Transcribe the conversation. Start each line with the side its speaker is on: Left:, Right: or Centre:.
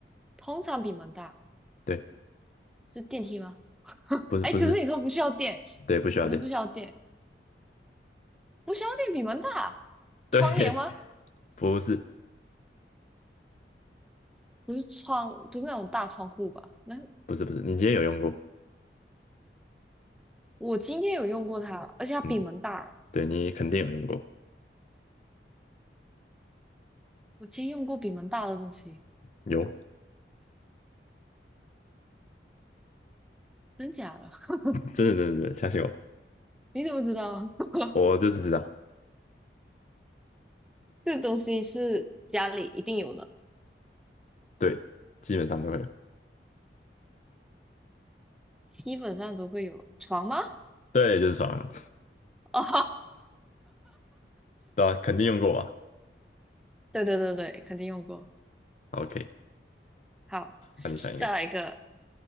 Centre: 通常比门大。
Left: 对，
Centre: 是电梯吗？<laughs>
Left: 不是不是，
Centre: 哎，可是你说不需要电，
Left: 对，不需要电，
Centre: 你说不需要电，不需要电比门大。
Left: 对，
Centre: 窗帘吗？
Left: <laughs> 不是
Centre: 不是窗，不是那种大窗户吧？那
Left: 不是不是，你今天有用过，
Centre: 我今天有用过它，而且它比门大。
Left: 嗯，对你肯定有用过，
Centre: 我今天用过比门大的东西，
Left: 有，
Centre: 真假的？<laughs>
Left: 真的真的真的，相信我，
Centre: 你怎么知道？<laughs>
Left: 我就是知道，
Centre: 这个东西是家里一定有的，
Left: 对，基本上都会有，
Centre: 基本上都会有。床吗？
Left: 对，就是床。
Centre: <laughs> 哦，
Left: 对啊，肯定用过吧
Centre: 对对对对，肯定用过。
Left: ？OK，
Centre: 好，
Left: 那你想一个，
Centre: 再来一个。